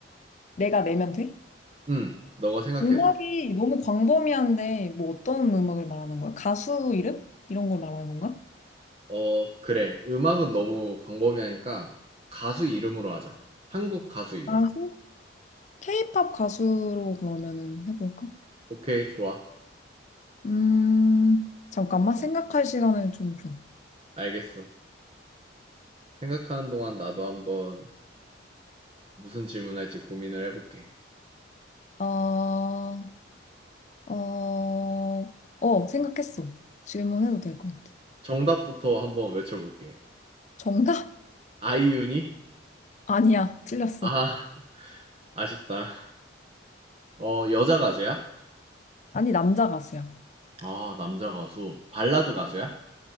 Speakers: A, on the left (about 35°); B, on the right (about 30°).
A: 내가 내면 돼?
B: 응. 너가 생각해
A: 음악이
B: 줘.
A: 너무 광범위한데, 뭐 어떤 음악을 말하는 거야? 가수 이름? 이런 걸 말하는 건가?
B: 어, 그래. 음악은 너무 광범위하니까 가수 이름으로 하자. 한국 가수 이름.
A: 가수? K-pop 가수로 그러면은 해볼까?
B: 오케이, 좋아.
A: 음, 잠깐만 생각할 시간을 좀 줘.
B: 알겠어. 생각하는 동안 나도 한번 무슨 질문할지 고민을 해볼게.
A: 어, 어, 어, 생각했어. 질문해도 될 것 같아.
B: 정답부터 한번 외쳐볼게.
A: 정답?
B: 아이유니?
A: <laughs> 아니야, 틀렸어.
B: 아, <laughs> 아쉽다. 어, 여자 가수야?
A: 아니, 남자 가수야.
B: 아, 남자 가수. 발라드 가수야?